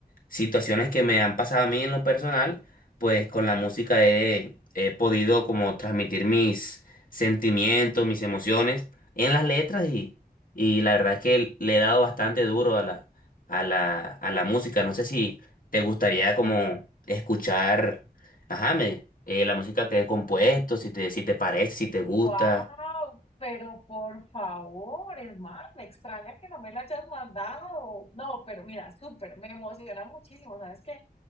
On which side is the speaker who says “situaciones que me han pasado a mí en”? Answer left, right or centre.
Left